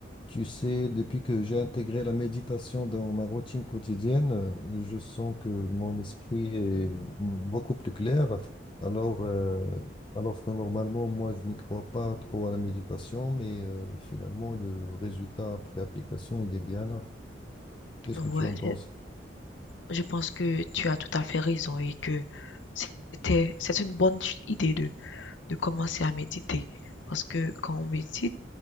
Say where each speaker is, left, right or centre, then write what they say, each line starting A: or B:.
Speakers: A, on the left (about 25°); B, on the left (about 80°).
A: Tu sais, depuis que j'ai intégré la méditation dans ma routine quotidienne, euh, je sens que mon esprit est mm, beaucoup plus clair. Alors, euh, alors que normalement, moi, je n'y crois pas trop à la méditation, mais euh, finalement, le résultat après application, il est bien là. Qu'est-ce
B: Ouais,
A: que tu en penses?
B: je je pense que tu as tout à fait raison et que c'était, c'est une bonne ch- idée de, de commencer à méditer. Parce que quand on médite,